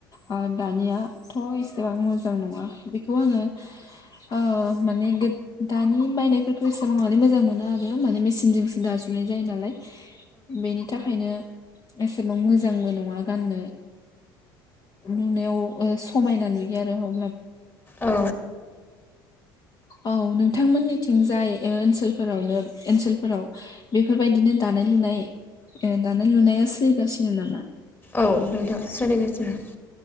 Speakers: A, on the left (about 35°); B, on the left (about 15°).
A: ओ दानियाथ' एसेबां मो जां नङा बेखौ आङो ओ माने गोद दानि बायनायफोरखौ एसेबां माने मोजां मोना आरो माने मेसिनजोंसो दाजो नाय जायो नालाय। बेनि थाखायनो एसेबां मोजांबो नङा गाननो। नुनायाव ओ समायना नुयो आरो औ।
B: औ।
A: औ नोंथांमोननिथिंजाय ओनसोलफोरावनो ओनसोलफोराव बेफोरबायदिनो दानाय लुनाय ओ दानाय लुनाया सोलिगासिनो नामा?
B: औ नोंथां सोलिगासिनो।